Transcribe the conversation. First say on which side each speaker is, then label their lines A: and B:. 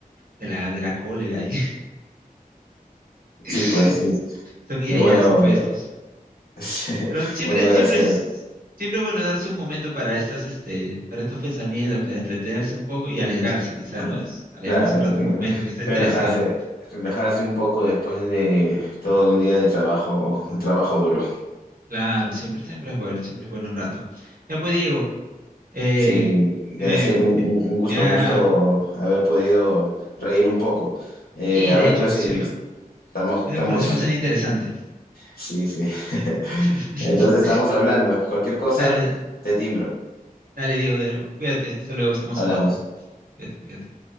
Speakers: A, on the right; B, on the left.
A: de la, de la cólera. ahí.
B: Sí,
A: <laughs>
B: pues sí.
A: Son ideas,
B: Eh, Bueno,
A: supuestos.
B: <laughs>
A: Pero siempre,
B: bueno, Graciela,
A: siempre es, siempre es bueno darse un momento para estas, este, para estos pensamientos, para entretenerse un poco y alegrarse, quizá,
B: cla-
A: ¿no? Es alegrarse
B: claro,
A: un
B: eh,
A: rato el momento que está estresado.
B: relajarse, relajarse un poco después de todo un día de trabajo, de trabajo duro.
A: Claro, siempre, siempre es bueno, siempre es bueno un rato. Ya pues, Diego, eh,
B: Sí, Graciela,
A: me,
B: un,
A: me,
B: un- un gusto,
A: me ha,
B: un gusto haber podido reír un poco. Eh,
A: sí,
B: a
A: de
B: ver,
A: hecho,
B: pues si
A: sí, una,
B: estamos,
A: una
B: estamos,
A: conversación bastante interesante.
B: sí, sí. <laughs>
A: <laughs>
B: Entonces estamos hablando. Cualquier cosa,
A: Dale,
B: te timbro.
A: dale, Diego, Diego, cuídate, hasta luego, estamos
B: Hablamos.
A: hablando. Cuídate, cuídate.